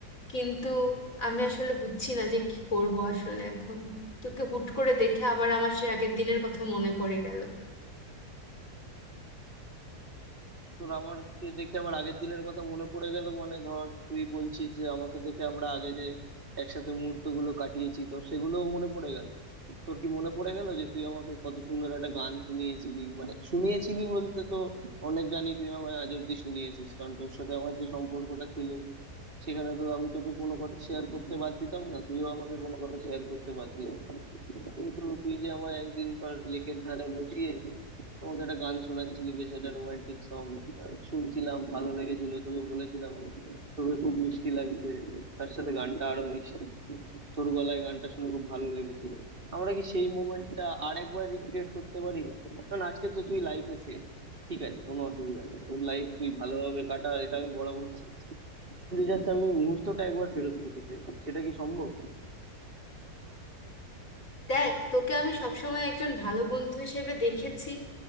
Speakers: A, on the left (about 55°); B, on the right (about 35°).
A: কিন্তু আমি আসলে বুঝছি না যে কি করব আসলে এখন তোকে হুট করে দেখে আবার আমার সে আগের দিনের কথা মনে পড়ে গেল
B: তোর আমাকে দেখে আমার আগের দিনের কথা মনে পড়ে গেল মানে ধর তুই বলছিস যে আমাকে দেখে আমরা আগে যে একসাথে মুহূর্ত গুলো কাটিয়েছি তো সেগুলোও মনে পড়ে গেল তোর কি মনে পড়ে গেল যে তুই আমাকে কত সুন্দর একটা গান শুনিয়েছিলি মানে শুনিয়েছিলি বলতে তো অনেক গানই তুই আমায় আজ অব্দি শুনিয়েছিস কারণ তোর সাথে আমার যে সম্পর্কটা ছিল সেখানে তো আমি তোকে কোনো কথা শেয়ার করতে বাদ দিতাম না তুইও আমাকে কোনো কথা শেয়ার করতে বাদ দিতি না। কিন্তু তুই যে আমায় একদিন ধর লেকের ধারে বসিয়ে তোমাকে একটা গান শোনাচ্ছিলি বেশ একটা রোমান্টিক সং শুনছিলাম ভালো লেগেছিল তোকে বলেছিলাম তোকে খুব মিষ্টি লাগছে তার সাথে গানটা আরো মিষ্টি তোর গলায় গানটা শুনে খুব ভালো লেগেছিল আমরা কি সেই মোমেন্টটা আর একবার রিক্রিয়েট করতে পারি না কারণ আজকে তো তুই লাইফে সেট ঠিক আছে কোনো অসুবিধা নেই তোর লাইফ তুই ভালোভাবে কাটা এটা আমি বরাবর চেয়েছি কিন্তু জাস্ট আমি মুহূর্তটা একবার ফেরত করতে চাই সেটা কি সম্ভব
A: দেখ তোকে আমি সবসময় একজন ভালো বন্ধু হিসেবে দেখেছি